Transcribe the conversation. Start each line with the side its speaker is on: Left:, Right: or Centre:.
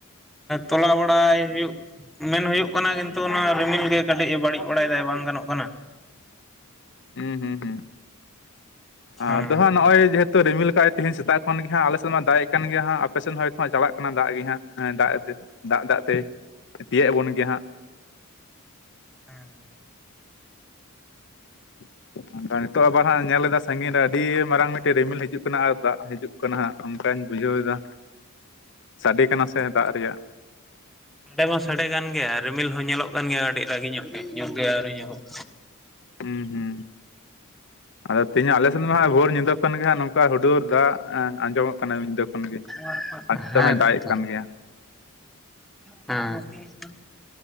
Centre: ᱛᱚᱞᱟ ᱵᱟᱲᱟᱭ ᱦᱩᱭᱩᱜ ᱢᱮᱱ ᱦᱩᱭᱩᱜ ᱠᱟᱱᱟ ᱠᱤᱱᱛᱩ ᱱᱚᱣᱟ ᱨᱤᱢᱤᱞ ᱜᱮ ᱠᱟᱹᱴᱤᱡ ᱮ ᱵᱟᱹᱲᱤᱡ ᱵᱟᱲᱟᱭ ᱫᱟᱭ ᱵᱟᱝ ᱜᱟᱱᱚᱜ ᱠᱟᱱᱟ
Left: ᱦᱩᱸ ᱦᱩᱸ ᱦᱩᱸ ᱟᱫᱚ
Centre: ᱦᱮᱸ
Left: ᱦᱟᱸᱜ ᱱᱚᱜᱼᱚᱭ ᱡᱮ ᱦᱮᱛ ᱛᱚ ᱨᱤᱢᱤᱞ ᱟᱠᱟᱜ ᱟᱭ ᱛᱮᱦᱮᱧ ᱥᱮᱛᱟᱜ ᱠᱷᱚᱱ ᱜᱮ ᱦᱟᱸᱜ ᱟᱞᱮᱥᱮᱫ ᱢᱟ ᱫᱟᱜ ᱠᱟᱱ ᱜᱮ ᱦᱟᱸᱜ ᱟᱯᱮᱥᱮᱫ ᱦᱚᱸ ᱦᱚᱭᱛᱚ ᱪᱟᱞᱟᱜ ᱠᱟᱱᱟ ᱫᱟᱜ ᱜᱮ ᱦᱟᱸᱜ ᱦᱮ ᱫᱟᱜ ᱫᱟᱜ ᱫᱟᱜ ᱛᱮᱭ ᱛᱤᱭᱳᱜ ᱟᱵᱚᱱ ᱜᱮᱭᱟ ᱦᱟᱸᱜ
Centre: ᱦᱮᱸ
Left: <inaudible> ᱟᱫᱚ ᱱᱤᱛᱚᱜ ᱟᱵᱟᱨ ᱦᱟᱸᱜ ᱧᱮᱞ ᱮᱫᱟ ᱥᱟᱺᱜᱤᱧ ᱨᱮ ᱟᱹᱰᱤ ᱢᱟᱨᱟᱝ ᱢᱤᱫᱴᱮᱱ ᱨᱤᱢᱤᱞ ᱦᱤᱡᱩᱜ ᱠᱟᱱᱟ ᱟᱨ ᱫᱟᱜ ᱦᱤᱡᱩᱜ ᱠᱟᱱᱟ ᱠᱟᱱᱟ ᱦᱟᱸᱜ ᱚᱱᱠᱟᱧ ᱵᱩᱡᱷᱟᱹᱣ ᱮᱫᱟ ᱥᱟᱰᱮ ᱠᱟᱱᱟ ᱥᱮ ᱫᱟᱜ ᱨᱮᱭᱟᱜ
Centre: ᱥᱟᱰᱮ ᱢᱟ ᱥᱟᱰᱮ ᱜᱟᱱ ᱜᱮᱭᱟ ᱨᱤᱢᱤᱞ ᱦᱚᱸ ᱧᱮᱞᱚᱜ ᱠᱟᱱ ᱜᱮᱭᱟ ᱟ. ᱰᱤ ᱨᱟᱹᱜᱤ ᱧᱚᱜ ᱜᱮ ᱧᱩᱛ ᱜᱮ ᱟᱹᱣᱨᱤ ᱧᱩᱛᱩᱜ
Left: ᱦᱩᱸ ᱦᱩᱸ ᱟᱫᱚ ᱛᱮᱦᱤᱧᱟᱜ ᱟᱞᱮᱥᱮᱫ ᱢᱟ ᱦᱟᱜ ᱵᱷᱳᱨ ᱧᱤᱫᱟᱹ ᱠᱷᱚᱱ ᱜᱮ ᱦᱟᱜ ᱱᱚᱝᱠᱟ ᱚᱠᱟ ᱦᱩᱰᱩᱨ ᱫᱟᱜ ᱟᱸᱡᱚᱢᱚᱜ ᱠᱟᱱᱟ ᱧᱤᱫᱟᱹ ᱠᱷᱚᱱ ᱜᱮ
Centre: <unintelligible>
Left: ᱟᱨ ᱱᱤᱛᱚᱜ
Centre: ᱦᱮᱸ
Left: ᱦᱚᱸᱭ ᱫᱟᱜ ᱮᱫ
Centre: ᱛᱚ
Left: ᱠᱟᱱ ᱜᱮᱭᱟ
Centre: ᱦᱮᱸ <unintelligible>